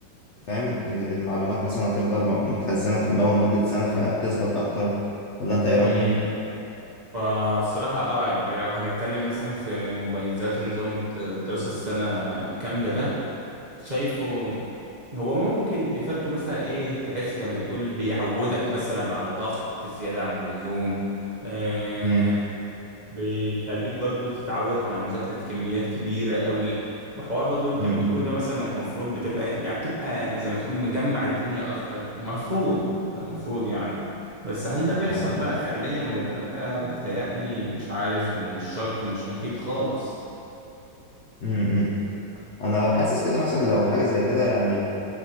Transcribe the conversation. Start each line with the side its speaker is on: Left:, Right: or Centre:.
Left: فاهم ال- المعلومات مثلا هتفضل م- متخزنة في دماغه لمدة سنة فتثبت أكتر ولا أنت إيه رأيك؟
Right: امم فالصراحة اه يعني لو هنتكلم مثلا في مميزات النظام الد- الدراسة السنة كاملة ده شايفه هو ممكن إفادته مثلا إيه تحس زي ما يقول بيعودك مثلا على ضغط زيادة عن اللزوم آه
Left: مم.
Right: بيخليك برضو تتعود على مذاكرة كميات كبيرة قوي وحوار برضو اللي
Left: مم.
Right: أنت بتقوله
Left: مم.
Right: ده مثلا إنك مفروض بتبقى يعني بتبقى زي ما تقول مجمع الدنيا أكتر مفروض ده المفروض يعني بس هل ده بيحصل
Left: أيوة.
Right: بقى فعليا ولا لأ بتهيألي مش عارف ومش شرط ومش أكيد خالص
Left: امم انا حاسس كده مثلا لو حاجه زي كده يعني